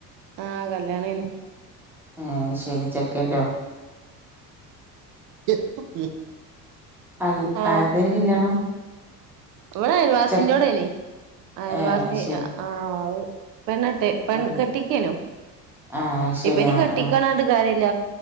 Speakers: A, on the right; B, in the centre.
A: ആ കല്യാണേന്
B: ഏ ശനി ചെക്കണ്ടോ
A: <unintelligible>
B: അൽ
A: ആഹ്
B: ആരുടെയാ കല്യാണം
A: ഇവിടെ അയൽവാസിന്റോടെനി
B: ചെക്ക്
A: അയൽവാസി
B: ഏഹ് അത് ശരി
A: അ ആഹ് വ് പെണ്ണേട്ടി പെൺ
B: ഏഹ്
A: കെട്ടിക്കെനു
B: ആഹ് അത് ശരി
A: ഇപ്പ ഇനി
B: ആഹ്
A: കെട്ടിക്കണാണ്ട്
B: ആഹ്
A: കാര്യല്ല